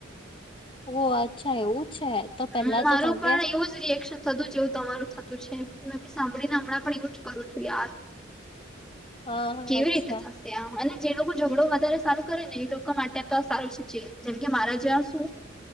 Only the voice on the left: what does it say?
ઓ અચ્છા એવું છે તો પેલા
તો તમે
હા હા
અચ્છા